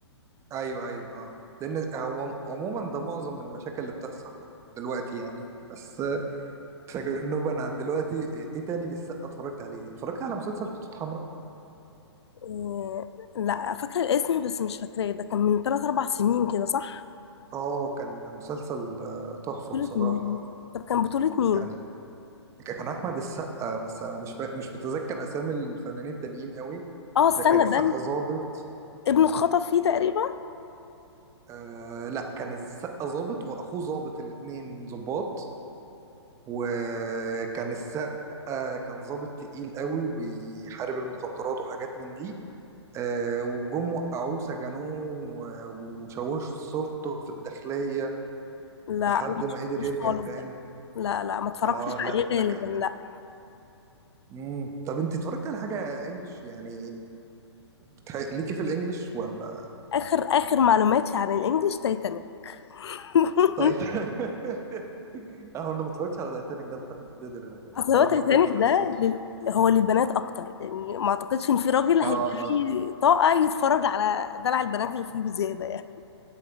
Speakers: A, on the right; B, on the left.
A: ايوه ايوه اه لان هو عموما ده معظم المشاكل اللي بتحصل دلوقتي يعني بس تجنبا عن دلوقتي ايه تاني لسه اتفرجت عليه اتفرجت على مسلسل خطوط حمراء
B: آه، لا فاكره الاسم بس مش فاكراه ده كان من 3 4 سنين كده صح
A: اه كان مسلسل آه، تحفة
B: بطوله
A: بصراحة
B: مين طب كان بطوله مين
A: يعني كان أحمد السقا بس أنا مش فا... مش متذكر أسامي الفنانين التانيين قوي
B: اه استنى
A: كان السقا
B: ده
A: ظابط
B: ابنه اتخطف فيه تقريبا
A: آه لا كان السقا ظابط وأخوه ظابط الاتنين ظباط وكان السقا كان ظابط تقيل قوي وبيحارب المخدرات وحاجات من دي آه، وجم وقعوه سجنوه و- وشوشوا صورته في الداخلية
B: لا
A: لحد
B: انا ما
A: ما
B: شفتوش
A: قدر يرجع
B: خالص
A: تاني
B: ده لا لا ما اتفرجتش
A: اه لا
B: عليه غالبا
A: ده كان
B: لا
A: مم. طب انت اتفرجت على حاجة انجلش يعني بتح... ليكي في الانجلش ولا
B: اخر اخر معلوماتي عن الانجليش تايتانيك <laughs>
A: طيب <laughs> اهو انا ما اتفرجتش على تايتانيك ده لحد دلوقتي
B: اصل
A: بصراحة
B: هو تايتانيك
A: ما بحبش قصته
B: ده لل... هو للبنات اكتر يعني ما اعتقدش ان في راجل هيبقى
A: اه اه
B: ليه طاقه يتفرج على دلع البنات اللي فيه بزياده يعني